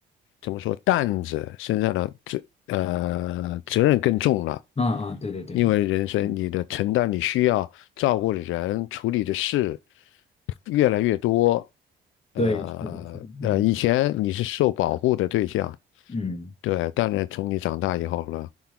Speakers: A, on the left; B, on the left.
A: 怎么说担子身上的责呃责任更重了，
B: 啊啊，对对对对，
A: 因为人生你的承担你需要照顾的人处理的事
B: 嗯，
A: 越来越多。
B: 对，
A: 呃呃，
B: 是的，是的，嗯
A: 以前你是受保护的对象，
B: 嗯
A: 对，当然从你长大以后呢，